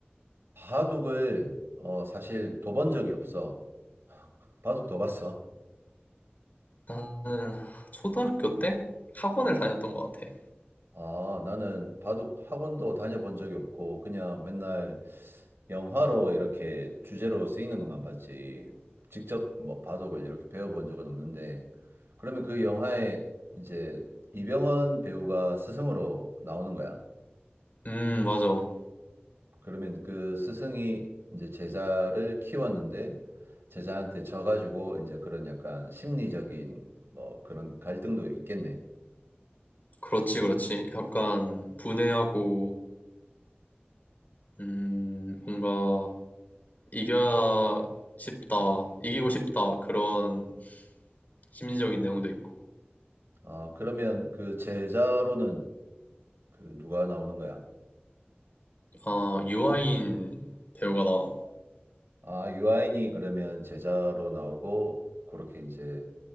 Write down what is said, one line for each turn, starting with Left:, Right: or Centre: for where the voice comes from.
Right: 바둑을, 어, 사실 둬본 적이 없어. 바둑 둬 봤어?
Left: 나는 초등학교 때 학원을 다녔던 것 같아.
Right: 아, 나는 바둑 학원도 다녀본 적이 없고, 그냥 맨날 영화로 이렇게 주제로 쓰이는 것만 봤지. 직접 뭐 바둑을 이렇게 배워본 적은 없는데, 그러면 그 영화에 이제 이병헌 배우가 스승으로 나오는 거야?
Left: 음, 맞아.
Right: 그러면 그 스승이 이제 제자를 키웠는데 제자한테 져가지고 이제 그런 약간 심리적인 뭐 그런 갈등도 있겠네.
Left: 그렇지, 그렇지. 약간 분해하고, 음, 뭔가 이겨야 싶다, 이기고 싶다, 그런 심리적인 내용도 있고.
Right: 아, 그러면 그 제자로는 그 누가 나오는 거야?
Left: 아, 유아인 배우가 나와.
Right: 아, 유아인이 그러면 제자로 나오고 그렇게 이제